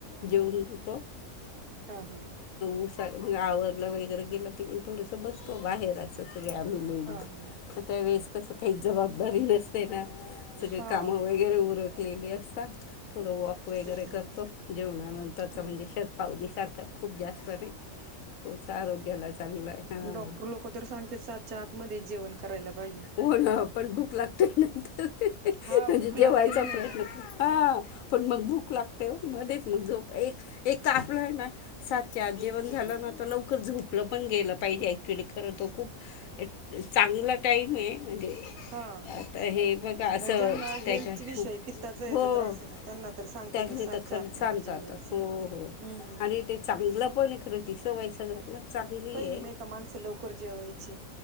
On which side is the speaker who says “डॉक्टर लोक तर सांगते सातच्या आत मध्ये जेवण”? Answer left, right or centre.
Right